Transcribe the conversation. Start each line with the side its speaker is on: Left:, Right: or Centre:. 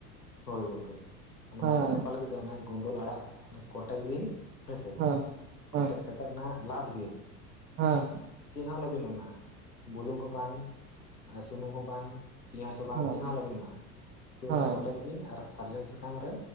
Left: ᱦᱳᱭ ᱜᱚᱝᱠᱮ ᱚᱱᱟ
Right: ᱦᱮᱸ
Left: ᱢᱟᱭᱟᱝ ᱥᱟᱯᱷᱟ ᱞᱟᱹᱜᱤᱫ ᱫᱚ ᱚᱱᱟ ᱜᱳᱱᱫᱚᱞ ᱟᱲᱟᱜ ᱠᱚᱴᱮᱡ ᱵᱤᱱ ᱦᱮᱸᱥᱮ
Right: ᱦᱮᱸ
Left: ᱠᱚᱴᱮᱡ
Right: ᱦᱮᱸ
Left: ᱠᱟᱛᱮ ᱚᱱᱟ ᱞᱟᱫ ᱵᱤᱱ
Right: ᱦᱮᱸ
Left: ᱪᱮᱫ ᱦᱚᱸ ᱟᱞᱚᱵᱮᱱ ᱮᱢᱟ ᱵᱩᱞᱩᱝ ᱦᱚᱸ ᱵᱟᱝ ᱟᱨ ᱥᱩᱱᱩᱢ ᱦᱚᱸ ᱵᱟᱝ ᱯᱮᱸᱭᱟᱡᱽ ᱦᱚᱸ ᱵᱟᱝ
Right: ᱦᱮᱸ
Left: ᱪᱮᱫ ᱦᱚᱸ ᱟᱞᱚᱵᱤᱱ ᱮᱢᱟ᱾ ᱠᱤᱱᱛᱩ
Right: ᱦᱮᱸ
Left: ᱚᱱᱟ ᱠᱚᱴᱮᱡ ᱵᱤᱱ ᱟᱨ ᱥᱟᱨᱡᱚᱢ ᱥᱟᱠᱟᱢ ᱨᱮ